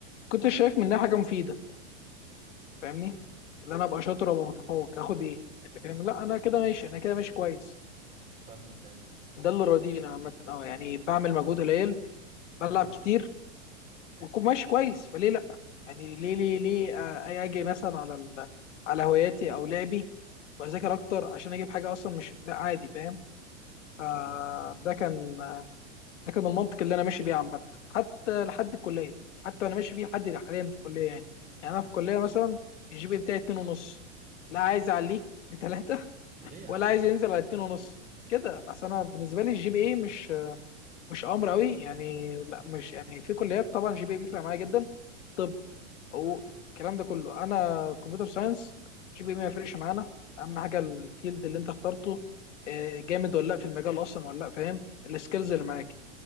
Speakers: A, on the left (about 75°); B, on the right (about 20°).
A: كنت شايف منها حاجه مفيده فاهمني ان انا ابقى شاطر ولا متفوق هاخد ايه يعني فاهم لا انا كده ماشي انا كده ماشي كويس
B: فاهمك ايوه
A: ده اللي راضينا عامه اه يعني بعمل مجهود قليل بلعب
B: امم
A: كتير ويكون ماشي كويس فليه لا يعني ليه ليه ليه آه، اجي مثلا على ال... على هواياتي او لعبي واذاكر اكتر عشان اجيب حاجه اصلا مش لا عادي فاهم آه
B: اه فاهمك
A: ده كان ده كان المنطق اللي انا ماشي بيه عامه حتى لحد الكليه حتى انا ماشي بيه لحد حاليا في الكليه يعني يعني انا في الكليه مثلا الجي بي بتاعي اتنين ونص لا عايز اعليه لتلاتة
B: ليه يا عم
A: ولا عايز ينزل على اتنين ونص
B: <laughs>
A: كده اصل انا بالنسبه لي الجي بي اي مش مش امر قوي يعني لا مش يعني في كليات طبعا جي بي اي بيفرق معايا جدا طب حقوق
B: ايوه
A: الكلام ده كله انا كمبيوتر ساينس جي بي إيه ما يفرقش معانا اهم حاجه الفيلد اللي انت اخترته آه، جامد ولا لا في المجال اصلا ولا لا فاهم السكيلز اللي معاك